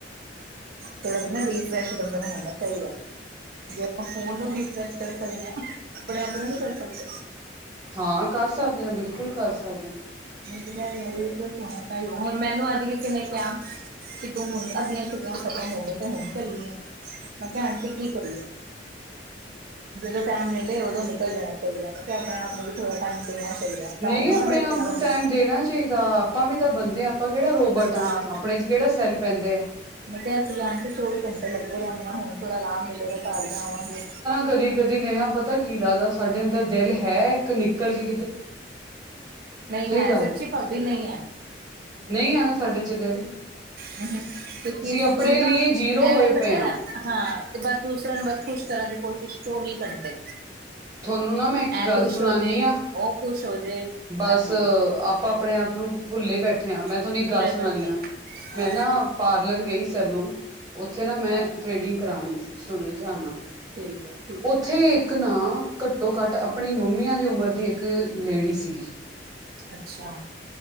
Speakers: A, on the right; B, on the right.
A: ਧੋੜਾ ਨਾ ਰਿਫਰੈਸ਼ ਬੰਦੇ ਨੂ ਹੋਨਾ ਚਾਹੀਦਾ ਹੈ, ਜੇ ਆਪਾ ਫੋਨ ਨੂ ਰਿਫਰੈਸ਼ ਕਰ ਸਕਦੇ ਹਾ, ਆਪਣੇ ਆਪ ਨੂੰ ਨੀ ਕਰ ਸਕਦੇ
B: ਹਾਂ ਕਰ ਸਕਦੇ ਹ ਬਿਲਕੁਲ ਕਰ ਸਕਦੇ ਹੋ
A: <inaudible> ਹੋਣਾ ਚਾਹੀਦਾ ਹੁਣ ਮੈਨੂੰ ਅੱਜ ਕਿਨੇ ਕਿਹਾ ਕਿ ਤੂ ਹੁਣ ਅੱਧੀਆਂ ਛੁਗੀਆਂ ਖ਼ਤਮ ਹੋ ਗ ਤਾਂ ਹੁਣ ਚੱਲੀ ਆ ਮੈ ਕਿਹਾ ਆਂਟੀ ਕੀ ਕਰੀਐ। ਜਦੋਂ ਟਾਈਮ ਮਿਲੇ ਉਦੋਂ ਨਿਕਲ ਜਾਣਾ ਚਾਹੀਦਾ ਪਤਾ ਹੇ, ਆਪਣੇ ਆਪ ਨੂੰ ਵੀ ਥੋੜਾ ਟਾਈਮ ਦੇਣਾ। ਚਾਹਿਦਾ ਹੇ,
B: ਨਹੀਂ
A: ਘਰ ਧੋਣੀ
B: ਆਪਣੇ
A: ਬੈਠੇ
B: ਆਪ
A: ਰਾਂਗੇ,
B: ਨੂੰ ਟਾਈਮ ਦੇਣਾ ਚਾਹੀਦਾ ਆਪਾਂ ਵੀ ਤਾਂ ਬੰਦੇ ਹਾਂ ਆਪਾਂ ਕਿਹੜਾ ਰੋਬਟ
A: ਹਾਂ,
B: ਆਪਣੇ ਚ ਕਿਹੜਾ ਸੈੱਲ ਪੈਂਦੇ ਆ
A: ਮੈਂ ਕਿਹਾ ਇੰਤਜਾਰ ਤੇ ਚੌਵੀ ਘੰਟੇ ਲੱਗੇ। ਹੁਣ ਥੋੜਾ ਆਰਾਮ ਮਿਲੇਗਾ। ਘਰ ਜਾਵਾਂਗੇ।
B: ਕਦੀ-ਕਦੀ, ਨੇਹਾ ਪਤਾ ਕੀ ਲੱਗਦਾ ਸਾਡੇ ਅੰਦਰ ਦਿਲ ਹੈ ਕੇ ਨਿਕਲ ਗ
A: ਨਹੀਂ ਹੈ
B: ਗੱਲ
A: ਸੱਚੀ ਭਾਬੀ ਨਹੀਂ ਹੈ।
B: ਨਹੀਂ ਆ ਨਾ, ਸਾਡੇ ਚ ਦਿਲ
A: ਕਿਉਂਕਿ ਅਸੀਂ
B: ਆਪਣੇ
A: ਦੋ ਨਾ
B: ਲਈ ਜੀਰੋ
A: ਐਵੇਂ
B: ਹੋਏ ਪਏ
A: ਪਤਾ
B: ਹਾਂ
A: ਹਾਂ ਤੇ ਬਸ ਦੂਸਰਿਆਂ ਨੂੰ ਬਸ ਖੁਸ਼ ਕਰਨ ਦੇ ਕੋਸ਼ਿਸ਼ ਚੌਵੀ ਘੰਟੇ
B: ਤੁਹਾਨੂੰ ਨਾ ਮੈਂ ਇੱਕ
A: ਐ
B: ਗੱਲ
A: ਖੁਸ਼
B: ਸੁਣਾਨੀ
A: ਹੋ ਜੇ
B: ਆਂ।
A: ਉਹ ਖੁਸ਼ ਹੋ ਜੇ
B: ਬਸ
A: ਹਾਂਜੀ
B: ਆਪਾਂ ਆਪਣੇ ਆਪ ਨੂੰ ਭੁੱਲੇ ਬੈਠੇ ਹਾਂ ਮੈਂ ਤੁਹਾਨੂੰ
A: ਖੁੱਲੇ
B: ਇੱਕ ਗੱਲ ਸੁਣਾਨੀ
A: ਬਰਤਨ
B: ਆ
A: ਹਾਂ
B: ਮੈਂ ਨਾ ਪਾਰਲਰ ਗਈ। ਚਲੋ। ਉੱਥੇ ਨਾ ਮੈਂ
A: ਹਾਂ
B: ਥ੍ਰਡਿੰਗ ਕਰਾਣੀ ਸੀ ਸੁਣੋ ਧਿਆਨ ਨਾਲ
A: ਠੀਕ ਹੈ ਠੀਕ
B: ਉੱਥੇ
A: ਹੈ
B: ਨ ਘੱਟੋ ਘੱਟ ਆਪਣੀ ਮੰਮੀਆਂ ਦੀ ਉਮਰ ਦੀ ਇੱਕ ਲੇਡੀ ਸੀਗੀ। <unintelligible>
A: ਅੱਛਾ।